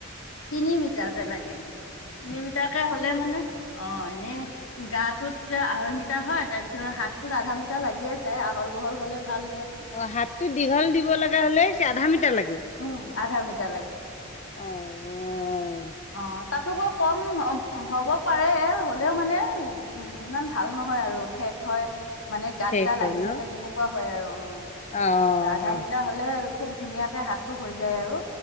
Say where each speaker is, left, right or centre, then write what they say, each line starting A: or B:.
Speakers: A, on the left (about 85°); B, on the left (about 35°).
A: তিনি মিটাৰকে লাগে তিনি মিটাৰকে হ'লে মানে অ' এনে গাটোত আঢ়ৈ মিটাৰ হয় তাৰপিছত হাতটোত আধা মিটাৰ লাগিয়ে যায় আহল বহল হলে ভাল দিয়া
B: অ', হাতটো দীঘল দিব লগা হ'লে কি আধা মিটাৰ লাগে।
A: উম, আধা মিটাৰ লাগে।
B: অ',
A: অ', তাতো কৈ কম হ'ব পাৰে হলেও মানে উম, ইমান ভাল নহয় আৰু ঠেক হয় মানে গাত
B: ঠেক
A: গা
B: হয়
A: লাগি
B: ন?
A: থাকে তেনেকুৱা হয় আৰু অ,
B: অ',
A: আধা মিটাৰ হয় হলে খুব ধুনীয়াকে হাতটো হৈ যায় আৰু